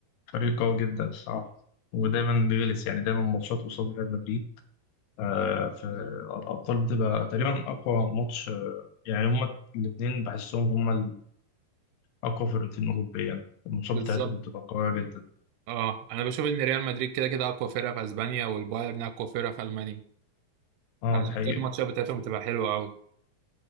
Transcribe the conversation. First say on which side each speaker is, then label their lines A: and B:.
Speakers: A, on the left (about 85°); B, on the right (about 85°).
A: فريق قوي جدا الصراحه ودايما بيغلس يعني دايما ماتشات قصاد ريال مدريد آه، في الأبطال بتبقى تقريبا أقوى ماتش آه، يعني هما الاتنين بحسهم هما الأقوى فرقتين أوروبيا الماتشات
B: بالظبط
A: بتاعتهم بتبقى قوية جدا
B: اه انا بشوف ان ريال مدريد كده كده اقوى فرقه في اسبانيا والبايرن اقوى فرقه في المانيا
A: اه
B: عشان
A: ده حقيقي
B: كده الماتشات بتاعتهم بتبقى حلوه قوي